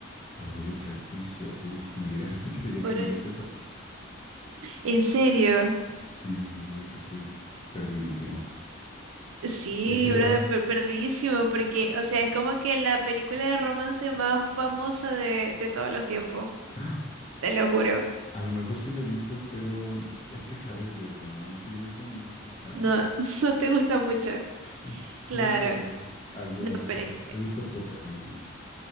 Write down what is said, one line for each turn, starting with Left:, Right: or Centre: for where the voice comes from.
Left: Orgullo y prejuicio, uf, me dirá, <laughs> te diré
Right: Por...
Left: que no viste esa.
Right: ¿En serio?
Left: Sí, dime que estoy perdidísimo.
Right: Sí,
Left: ¿De qué
Right: brother,
Left: va?
Right: per- perdidísimo, porque, o sea, es como que la película de romance más famosa de, de todos los tiempos,
Left: <gasps>
Right: te lo juro.
Left: A lo mejor sí la he visto, pero es que sabes de romance y eso no soy tanto.
Right: No, <laughs> no te gusta mucho.
Left: <laughs> Sí,
Right: Claro,
Left: pero algunas,
Right: no, pero
Left: o sea,
Right: es que,
Left: he visto pocas más bien.